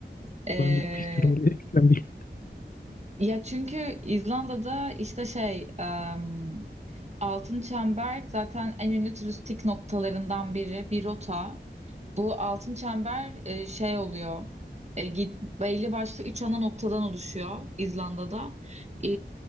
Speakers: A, on the right (about 35°); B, on the left (about 50°).
A: Ee,
B: Ben de gitmek istiyorum oraya. Ekstrem değil.
A: ya çünkü İzlanda'da işte şey em, Altın Çember zaten en ünlü turistik noktalarından biri bir rota. Bu Altın Çember e, şey oluyor. E, gid- belli başlı üç ana noktadan oluşuyor İzlanda'da. Ee,